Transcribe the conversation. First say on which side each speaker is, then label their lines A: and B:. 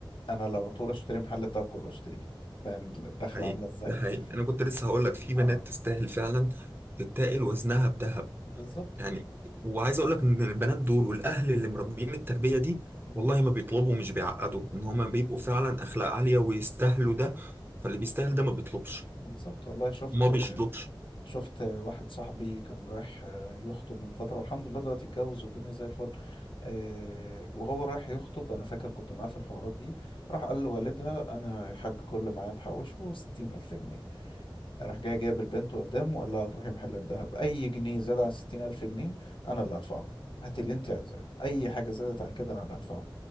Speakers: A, on the left (about 70°); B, on the right (about 25°).
A: انا لو طول اشتري محل الدهب كله اشتريه فاهم الدخلة
B: حقيقي
A: عاملة ازاي
B: ده حقيقي أنا كنت
A: انت
B: لسه هقول لك في بنات
A: اه
B: تستاهل فعلا تتاقل وزنها بذهب
A: بالظبط
B: يعني وعايز اقول لك ان البنات دول والاهل اللي مربيين التربيه دي
A: مم.
B: والله ما بيطلبوا مش بيعقدوا ان هما بيبقوا فعلا اخلاق عاليه ويستاهلوا ده فاللي بيستاهل ده ما بيطلبش
A: بالظبط والله شفت
B: ما بيشطبش
A: شفت واحد صاحبي كان رايح آه، يخطب من فترة والحمد لله دلوقتي اتجوز والدنيا زي الفل آه، وهو رايح يخطب أنا فاكر كنت معاه في الحوارات دي راح قال لوالدها أنا يا حاج كل اللي معايا محوشه 60000 جنيه راح جاي جايب البنت قدامه وقال لها هتروحي محل الذهب أي جنيه زاد عن ستين ألف جنيه أنا اللي هدفعه هات اللي أنت عايزاه أي حاجة زادت عن كده أنا اللي هدفعه